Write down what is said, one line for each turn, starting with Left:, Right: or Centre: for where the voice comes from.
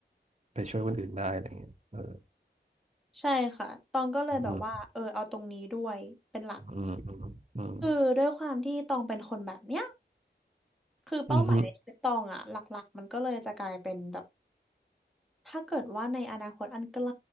Right: ไปช่วยคนอื่นได้อะไรเงี้ยเออ
Centre: ใช่ค่ะตองก็เลยแบบว่าเออเอาตรงนี้ด้วยเป็นหลัก
Right: อืมอืมอืม
Centre: คือด้วยความที่ตองเป็นคนแบบเนี้ยคือเป้าหมายในชีวิตตองอะหลักๆมันก็เลยจะกลายเป็นแบบ
Right: อืมอืม
Centre: ถ้าเกิดว่าในอนาคตอันไกล